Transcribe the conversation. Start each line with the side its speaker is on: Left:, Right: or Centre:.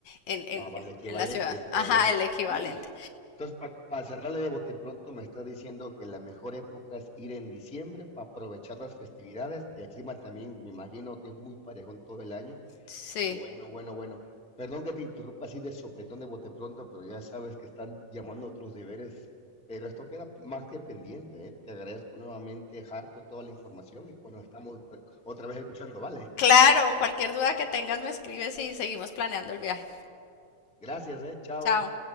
Left: en, en-
Centre: Va, vale, equivalente,
Left: en la ciudad.
Centre: el equivalente.
Left: Ajá, el equivalente.
Centre: Uy. Entonces, para cerrarle de bote pronto, me está diciendo que la mejor época es ir en diciembre para aprovechar las festividades y el clima también, me imagino que es muy parejón todo el año.
Left: Sí.
Centre: Bueno, bueno, bueno. Perdón que te interrumpa así de sopetón de bote pronto, pero ya sabes que están llamando a otros deberes. Pero esto queda más que pendiente, ¿eh? Te agradezco nuevamente, harto, toda la información y pues nos estamos eh, otra vez escuchando, ¿vale?
Left: Claro, cualquier duda que tengas me escribes y seguimos planeando el viaje.
Centre: Gracias, ¿eh? Chao.
Left: Chao.